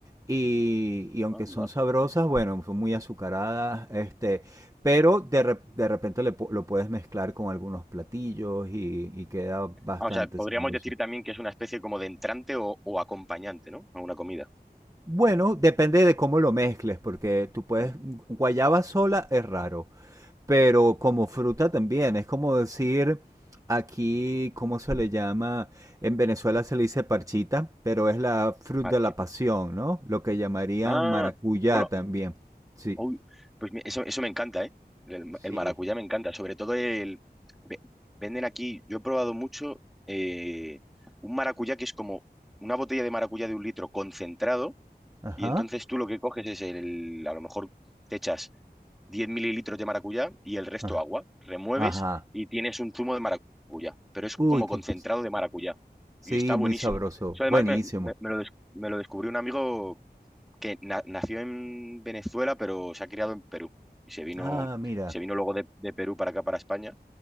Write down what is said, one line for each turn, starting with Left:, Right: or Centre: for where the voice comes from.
Right: y, y aunque
Centre: Anda.
Right: son sabrosas, bueno, son muy azucaradas, este, pero de, rep- de repente le pu- lo puedes mezclar con algunos platillos y, y queda bastante
Centre: Ah, o sea, podríamos
Right: sabroso.
Centre: decir también que es una especie como de entrante o, o acompañante, ¿no? A una comida.
Right: Bueno, depende de cómo lo mezcles, porque tú puedes,
Centre: Mm,
Right: guayaba sola es raro, pero como fruta también, es como decir aquí, ¿cómo se le llama? En Venezuela se le dice parchita, pero es la fruta
Centre: Marchita.
Right: de la pasión, ¿no? Lo que llamarían
Centre: Ah,
Right: maracuyá
Centre: bueno,
Right: también. Sí.
Centre: Uy, pues mi- eso, eso me encanta, ¿eh? El,
Right: Sí.
Centre: el maracuyá me encanta. Sobre todo el... ve- Venden aquí, yo he probado mucho eh, un maracuyá que es como una botella de maracuyá de un litro concentrado
Right: Ajá.
Centre: y entonces tú lo que coges es el... A lo mejor te echas 10 mililitros de maracuyá y el resto
Right: ah,
Centre: agua. Remueves
Right: Ajá.
Centre: y tienes un zumo de maracuyá, pero es como
Right: Uy, qué.
Centre: concentrado de maracuyá.
Right: Sí,
Centre: Y está buenísimo.
Right: muy sabroso.
Centre: Eso además
Right: Buenísimo.
Centre: me, me- me lo, des- me lo descubrió un amigo que na- nació en Venezuela, pero se ha criado en Perú. Y se vino,
Right: Ah, mira.
Centre: se vino luego de, de Perú para acá, para España,